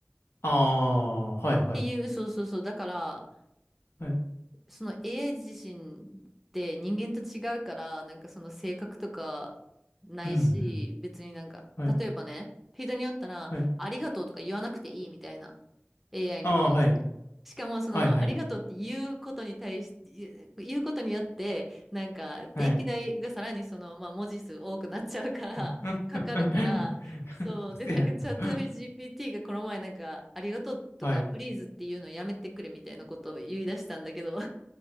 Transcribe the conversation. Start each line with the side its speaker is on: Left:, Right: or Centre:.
Left: ん、うん。ああ、はい。はい。
Centre: ていう、そうそうそう。だから、
Left: はい。
Centre: その AI 自身って人間と違うから、なんかその性格とかないし、
Left: うん、うん。
Centre: 別になんか、
Left: はい。
Centre: 例えばね、人によったら、
Left: はい。
Centre: ありがとうとか言わなくていいみたいな、AI
Left: ああ、
Centre: に対して。
Left: はい。
Centre: しかも、その、
Left: はい。
Centre: まあ、
Left: はい。
Centre: ありがとうって言うことに対して、言う言うことによって、なんか、電気代がさらにその、
Left: はい。
Centre: まあ、文字数多くなっちゃうから、
Left: <laughs> う
Centre: かかるから、
Left: ん。<laughs>
Centre: そう。で、
Left: 嘘やろ。
Centre: なんか、チャット GPT がこの前、なんか、ありがとうとか、
Left: はい。
Centre: プリーズっていうのやめてくれみたいなことを言い出したんだけど、